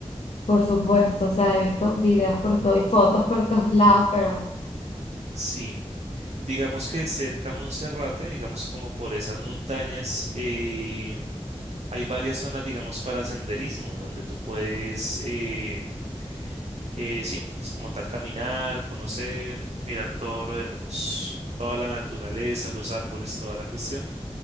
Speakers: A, on the left; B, on the right.
A: por supuesto, o sea, he visto videos por todo y fotos por todos lados, pero...
B: Sí. Digamos que cerca a Monserrate, digamos como por esas montañas, eh, hay varias zonas, digamos, para senderismo, donde tú puedes... eh, Eh, sí, pues como tal caminar, conocer, mirar todo lo de los, toda la naturaleza, los árboles, toda la cuestión.